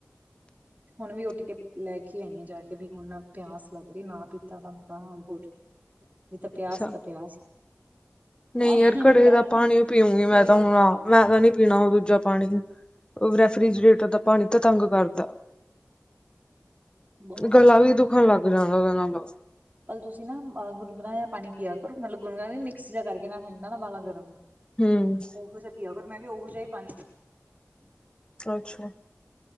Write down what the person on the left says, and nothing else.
ਅੱਛਾ
ਨਹੀਂ
ਯਾਰ
ਘੜੇ ਦਾ ਪਾਣੀ ਪੀਊਂਗੀ
ਮੈਂ ਤਾਂ ਹੁਣ ਆ। ਮੈਂ ਤਾਂ ਨੀ ਪੀਣਾ ਉਹ ਦੂਜਾ ਪਾਣੀ। ਉਹ ਰੈਫ੍ਰਿਜਰੇਟਰ ਦਾ ਪਾਣੀ ਤਾਂ ਤੰਗ ਕਰਦਾ।
ਗਲਾ
ਵੀ ਦੁਖਣ ਲੱਗ ਜਾਂਦਾ ਉਹਦੇ ਨਾਲ।
ਹੂੰ
ਅੱਛਾ